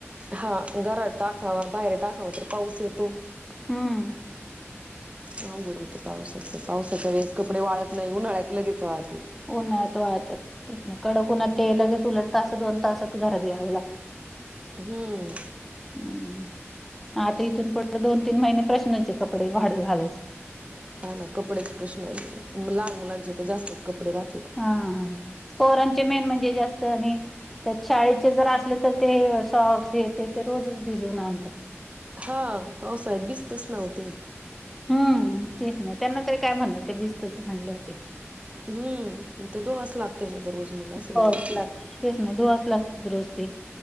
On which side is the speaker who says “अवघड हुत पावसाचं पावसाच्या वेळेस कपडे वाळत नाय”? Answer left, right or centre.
Right